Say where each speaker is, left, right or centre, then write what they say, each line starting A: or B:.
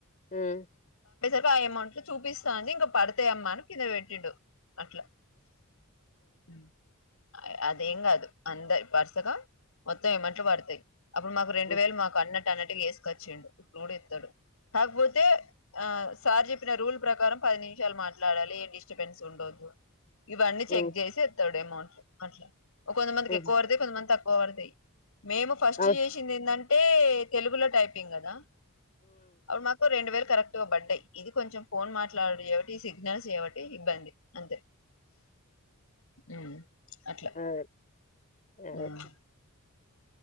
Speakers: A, on the left; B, on the left.
A: ఉమ్
B: ఇంకా అమౌంట్లు చూపిస్తా అండి ఇంకా పడతాయమ్మా అని కింద వెట్టిండు. అట్లా ఉమ్ అదేం కాదు అందే వరుసగా మొత్తం అమౌంట్ లు పడతాయి అప్పుడు మాకు రెండు
A: ఉమ్
B: వేలు మాకు అన్నట్ కనట్టు చేసుకొచ్చిండు ఇప్పుడ్ కుడ్ జెప్తడు కాక్పోతే ఆ సార్ చెప్పిన రూల్ ప్రకారం పది నిమిషాలు మాట్లాడాలి ఏ డిస్టబెన్స్ ఉండొదు ఇవన్నీ చెక్
A: ఉమ్
B: జేసి ఇత్తడు ఏమో అన్ అట్లా ఒక కొంతమందికి
A: ఉమ్
B: ఎక్కువ పడతాయి కొంతమందికి తక్కు వొ వర్ తయ్ మేము ఫస్ట్
A: అవ్
B: యేశింది ఏందన్ ట్టే తెలుగులో టైపింగ్ గదా అప్డు మాకు రెండు వేలు కరెక్ట్ గా బడ్డాయి ఇది కొంచెం ఫోన్ మాట్లాడుడు జేబట్టి ఈ సిగ్నల్స్ జేబట్టి ఇబ్బంది అంతే ఉమ్ అట్లా
A: ఆ ఆ
B: ఉమ్.